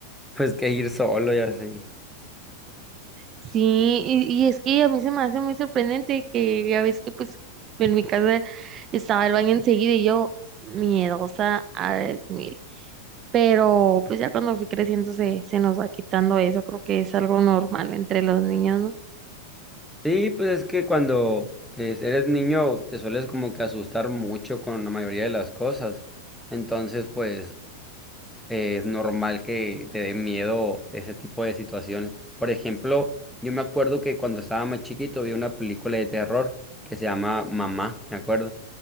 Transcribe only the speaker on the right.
Sí, y, y es que a mí se me hace muy sorprendente que ya ves que pues en mi casa estaba el baño enseguida y yo miedosa al mil. Pero pues ya cuando fui creciendo se, se nos va quitando eso, creo que es algo normal entre los niños, ¿no?